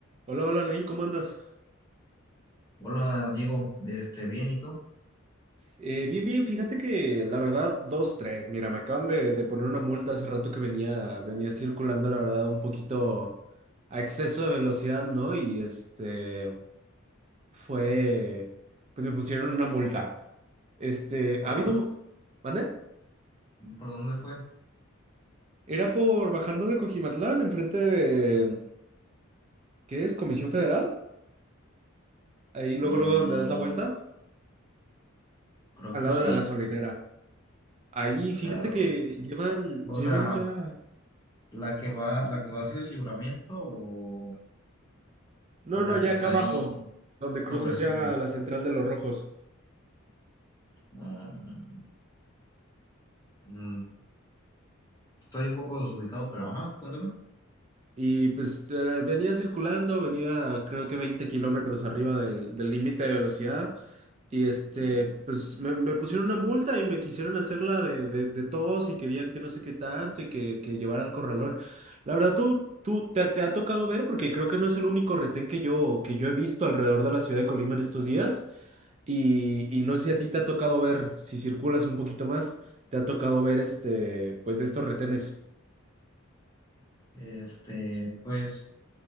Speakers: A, on the right; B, on the left.
A: Hola, hola, Nain, ¿cómo andas?
B: Hola Diego, este, bien, ¿y tú?
A: Eh, bien, bien, fíjate que la verdad, dos, tres. Mira, me acaban de, de poner una multa hace rato que venía, venía circulando, la verdad, un poquito a exceso de velocidad, ¿no? Y este, fue, pues me pusieron una multa. Este,
B: ¿Por
A: ha habido,
B: dónde,
A: mu- ¿mande?
B: por dónde fue?
A: Era por bajando de Cojimatlán, enfrente de, ¿qué es? Comisión Federal. Ahí luego,
B: Mm,
A: luego donde das la vuelta,
B: creo
A: al
B: que
A: lado
B: sí,
A: de la gasolinera. Ahí, fíjate
B: ya, o,
A: que llevan,
B: o
A: llevan
B: sea,
A: ya.
B: la que va, la que va hacia el libramiento o,
A: No,
B: o la
A: no, ya
B: que está
A: acá abajo,
B: ahí
A: donde cruzas
B: sobre ese
A: ya
B: fe.
A: la central de los rojos.
B: Ah, Mm, estoy un poco desubicado, pero ajá, cuéntame.
A: Y pues eh, venía circulando, venía creo que 20 kilómetros arriba del del límite de velocidad. Y este,
B: Ya,
A: pues me, me pusieron una multa y me quisieron hacerla de, de, de tos y querían que no sé qué tanto y que, que llevara al corralón. La verdad, tú, tú te, te ha tocado ver, porque creo que no es el único retén que yo, que yo he visto alrededor de la ciudad de Colima en estos días. Y, y no sé si a ti te ha tocado ver, si circulas un poquito más, te ha tocado ver este, pues estos retenes.
B: Este, pues